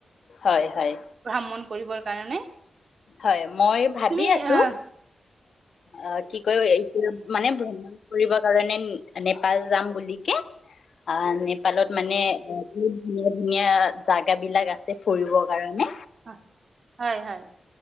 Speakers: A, on the left; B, on the right.
A: হয়, হয়।
B: ভ্ৰমণ কৰিবৰ কাৰণে।
A: হয়, মই ভাবি
B: তুমি
A: আছো,
B: আহ
A: অ', কি কয় এইটো মানে ভ্ৰমণ ফুৰিব কৰিব কাৰণে নেপাল যাম বুলিকে, অ', নেপালত মানে বহুত ধুনীয়া ধুনীয়া জাগা বিলাক আছে ফুৰিবৰ কাৰণে।
B: অ', হয় হয়,